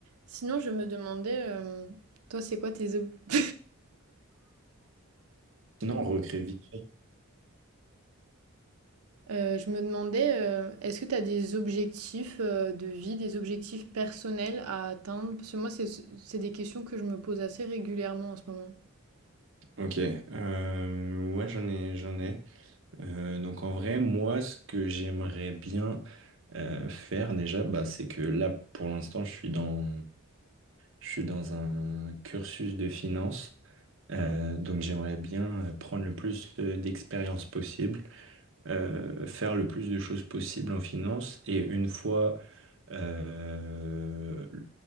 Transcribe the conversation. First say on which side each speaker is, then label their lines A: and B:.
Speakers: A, on the right (about 85°); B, on the right (about 60°).
A: Sinon, je me demandais, euh, toi, c'est quoi tes ob- <laughs>
B: Sinon, on recrée vite fait.
A: Euh, je me demandais, euh, est-ce que tu as des objectifs euh, de vie, des objectifs personnels à atteindre? Parce que moi, c'est c'est des questions que je me pose assez régulièrement en ce moment.
B: Ok, euh, ouais, j'en ai, j'en ai. Euh, donc en vrai, moi, ce que j'aimerais bien euh, faire déjà, bah, c'est que là, pour l'instant, je suis dans, je suis dans un cursus de finance. Euh, donc j'aimerais bien euh, prendre le plus euh, d'expérience possible, euh, faire le plus de choses possibles en finance. Et une fois euh,